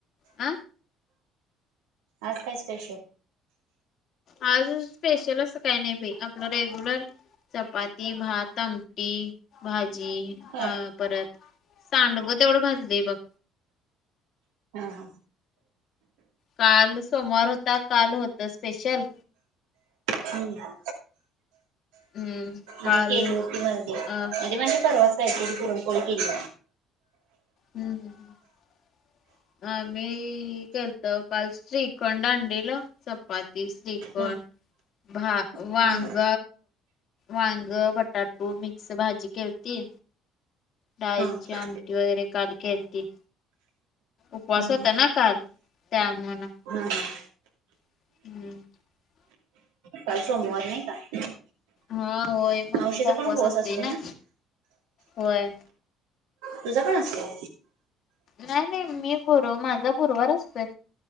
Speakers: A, on the left; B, on the right.
A: अ?
B: आज काय स्पेशल?
A: आज स्पेशल असं काही नाही, बाई आपलं रेग्युलर. चपाती भात अंमटी भाजी
B: होय
A: अ
B: हा
A: परत सांडगं तेवढं भाजलेय बघ.
B: हा
A: काल सोमवार होता काल होत स्पेशल.
B: हम्म
A: हम्म. काल
B: केली होती. मध्ये
A: अ
B: मध्ये म्हणजे परवा कारी पुरणपोळ केली.
A: हम्म हम् हम्. आम्ही केलंत काल श्रीखंडांडीला चपाती श्रीखंड.
B: हा
A: भ
B: हम्म
A: वांग वांग बटाटू मिक्स भाजी केलती. राईची
B: हा हा
A: आमटी वगैरे काल केलती. उपवास
B: हा
A: होता ना काल त्यामुळे.
B: हा हा
A: <unintelligible>
B: काल सोमवार नाही का?
A: हा होय. मम्मी
B: मावशीचा
A: तर उपवास
B: पण
A: असते
B: असतोय
A: ना होय.
B: तूझा पण असतो?
A: नाही नाही मी गुर माझा गुरुवार असतोय